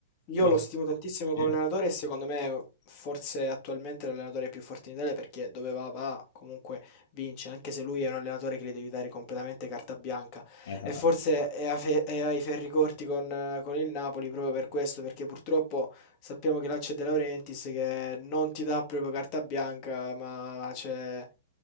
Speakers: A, on the left; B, on the left.
A: io
B: Lo-
A: lo
B: so.
A: stimo tantissimo
B: Sì.
A: come allenatore e secondo me forse attualmente è l'allenatore più forte in Italia perché dove va va, comunque vince, anche se lui è un allenatore che gli devi dare completamente carta bianca.
B: Esatto.
A: E forse è, a fe- è ai ferri corti con, eh, con il Napoli proprio per questo, perché purtroppo... Sappiamo che là c'è De Laurentiis che non ti dà proprio carta bianca, ma c'è...